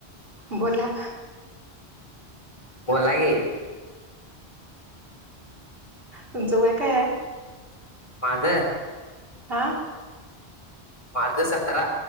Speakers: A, on the right (about 60°); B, on the left (about 30°).
A: बोला.
B: बोला की.
A: तुमचं वय काय आहे?
B: माझं.
A: आ.
B: माझ सतरा.